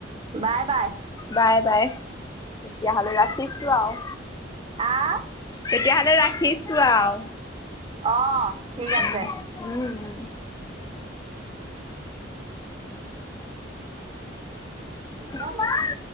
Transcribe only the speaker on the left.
বাই বাই তেতিয়াহলে ৰাখিছো আৰু
তেতিয়াহ'লে ৰাখিছো আউ
উম উম উম উম
উম।